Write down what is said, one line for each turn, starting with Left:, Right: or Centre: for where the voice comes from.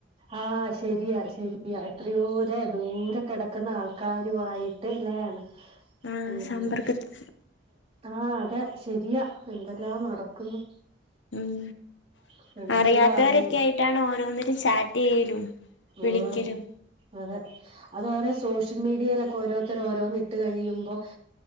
Right: ആഹ് ശരിയാണ് ശരിയാണ് എത്രയോര ദൂരം കെിടക്കുന്ന ആൾക്കാരുമായിട്ട് എല്ലാണ്
Left: ആ
Right: പിന്നെ
Left: സമ്പർക്കത്തി
Right: ആഹ് അതെ ശരിയാ എന്തെല്ലാം നടക്കുന്നു
Left: ഉം
Right: ഫ്രണ്ട്സുകളാകുന്നു
Left: അറിയാത്തവരൊക്കെ ആയിട്ടാണ് ഓരോന്നിലും ചാറ്റ് ചെയലും വിളിക്കലും
Right: ആഹ് അതെ അതുപോലെ സോഷ്യൽ മീഡിയയിലൊക്കെ ഓരോരുത്തരും ഓരോന്ന് ഇട്ട് കഴിയുമ്പോ